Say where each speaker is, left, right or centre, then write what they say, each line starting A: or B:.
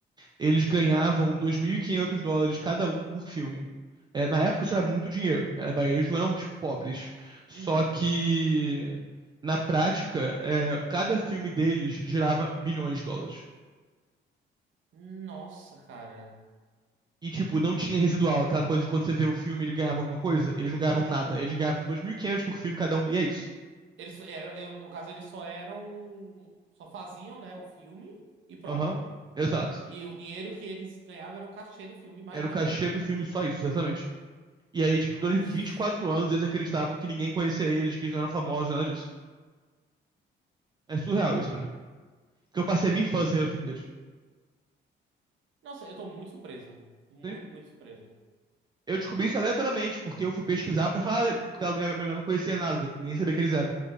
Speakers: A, on the right (about 20°); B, on the right (about 75°).
A: Eles ganhavam 2.500 dólares cada um por filme. É, na época isso era muito dinheiro. Era, ba- eles não eram tipo, pobres. Só
B: Uhum.
A: que, na prática, é, cada filme deles gerava milhões de dólares.
B: Nossa, cara.
A: E, tipo, não tinha residual, aquela coisa de quando você vê o filme ele ganhava alguma coisa. Eles não ganhavam
B: Uhum.
A: nada. Eles ganhavam 2.500 por filme cada um, e é isso.
B: Eles eram, eu- no caso, eles só eram, só faziam, né, o filme e pronto.
A: Aham, exato.
B: E o dinheiro que eles ganhavam era o cachê do filme, mais
A: Era o
B: nada.
A: cachê do filme, só isso, exatamente. E aí, tipo,
B: Nossa.
A: durante os 24 anos eles acreditavam que ninguém conhecia eles, que eles não eram famosos, nada disso. É surreal isso pra mim. Porque eu passei a minha infância no filme deles.
B: Nossa, eu tô muito surpreso. Muito,
A: Sim.
B: muito surpreso.
A: Eu descobri isso aleatoriamente, porque eu fui pesquisar pra falar, porque a minha mulher não conhecia nada, nem sabia que eles eram.